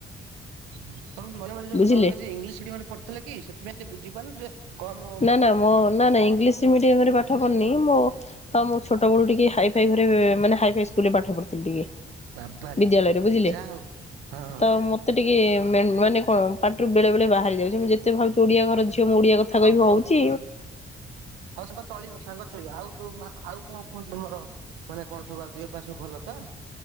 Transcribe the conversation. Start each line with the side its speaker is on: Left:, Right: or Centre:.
Right: ତମେ ମଝିରେ ମଝିରେ
Left: ବୁଝିଲେ
Right: ଯଉ ତମେ ବେଶୀ ଇଂଲିଶ ମିଡିୟମରେ ପଢୁଥିଲକି ସେଥିପାଇଁ ଟିକେ ବୁଝିପାରୁନ କଣ ମୋ
Left: ନା ନା ମୋ ନା ନା ଇଂଲିଶ ମିଡିୟମରେ ପା ପାଠ ପଢ଼ିନି ମୋ ହଁ ମୁଁ ଛୋଟ ବେଳୁ ଟିକେ ହାଇ ଫାଇ ଘରେ ମାନେ ହାଇ ଫାଇ ସ୍କୁଲରେ ପାଠ ପଢୁଥିଲି ଟିକେ।
Right: ବାବାରେ।
Left: ବିଦ୍ୟାଳୟରେ ବୁଝିଲେ?
Right: ଯାହା ହଉ ହଁ
Left: ତ ମୋ ମତେ ଟିକେ ମାନେ କଣ ପାଟିରୁ ବେଳେ ବଳେ ବାହାରି ଯାଉଛି ମୁଁ ଯେତେ ଭାବୁଚି ମୁ ଓଡିଆ ଘର ଝିଅ ମୁଁ ଓଡିଆ କ କହିବି
Right: ହଁ ହଉ
Left: ହଉଛି
Right: ହଉ ହଉ ସାଙ୍ଗ ଚଳିବ ସାଙ୍ଗ ଚଳିବ ଆଉ ମା ଆଉ କଣ କୁହନ୍ତୁମର ମାନେ କଣ ସବୁ ଆଉ ଦେହ ପାସବୁ ଭଲ ତ?